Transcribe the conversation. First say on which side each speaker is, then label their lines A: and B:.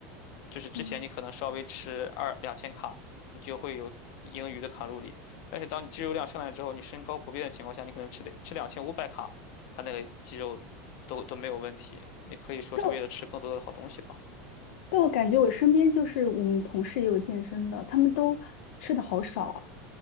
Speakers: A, on the left; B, on the left.
A: 就是之前你可能稍微吃二两千卡，
B: 嗯，
A: 你就会有盈余的卡路里，但是当你肌肉量上来之后，你身高不变的情况下，你可能吃吃两千五百卡，它那个肌肉都都没有问题，也可以说是为了吃更多的好东西吧。
B: 但我但我感觉我身边就是我们同事也有健身的，他们都吃的好少啊。